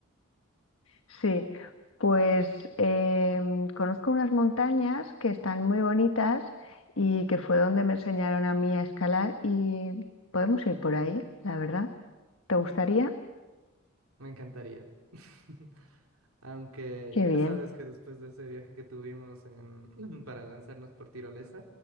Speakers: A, on the left; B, on the right.
A: Sí, pues eh, conozco unas montañas que están muy bonitas y que fue donde me enseñaron a mí a escalar y podemos ir por ahí, la verdad. ¿Te gustaría?
B: Me encantaría. <laughs> Aunque
A: Qué
B: ya
A: bien.
B: sabes que después de ese viaje que tuvimos en, <clears throat> para lanzarnos por tirolesa,